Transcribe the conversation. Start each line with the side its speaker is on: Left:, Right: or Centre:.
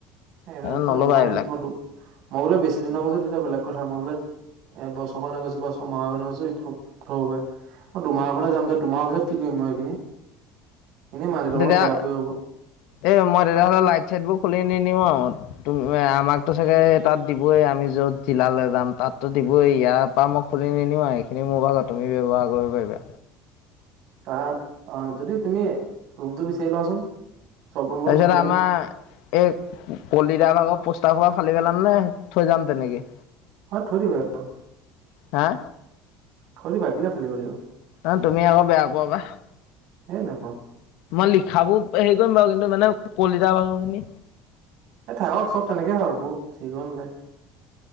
Right: এ
Left: সেইকাৰণে নল'বা
Right: নলও
Left: এইবিলাক
Right: থেত ত মই মই বোলে বেছি দিনৰ পছত এতিয়া বেলেগ কথা, মই বোলে এ বছৰ কাৰণে গৈছো বা ছয়মাহৰ কাৰণে গৈছো থ থব পাৰি। মই দুমাহ কাৰনে যাম যে দুমাহ পাছত কি কৰিম মই এইখিনি? এনেই মালিকৰ
Left: তেতিয়া
Right: লগত বেয়া পৰি হ'ব
Left: এ মই তেতিয়া হ'লে লাইট চাইট বোৰ খুলি নিনিয়ো আৰু তুমি আমাকতো চাগে তাত দিবই, আমি য'ত জিলালে যাম তাততো দিবই। ইয়াৰ পৰা মই খুলি নিনিও আ। এইখিনি মোৰ ভাগ তুমি ব্যৱহাৰ কৰিব পাৰিবা।
Right: তাত অ যদি তুমি ৰুমটো বিচাৰি লোৱাচোন। চব ৰুমত
Left: তাৰপিছত
Right: নিদিয়ে নহয়
Left: আমাৰ এই কলিতা ভাগত পোষ্টাৰ হুপাহ ফালি পেলাম নে থৈ যাম তেনেকে?
Right: হ থৈ দিবা আৰু।
Left: হা
Right: থৈ দিবা কেলে ফালিব লাগিব।
Left: অ তুমি আকৌ বেয়া পোৱা বা,
Right: হেই নাপাওঁ
Left: মই লিখাবোৰ হেৰি কৰিম বাৰু কিন্তু মানে কলিতা ভাগ খিনি।
Right: এই থাকক চব তেনেকে থাকক, একো হেৰি কৰিব নালাগে।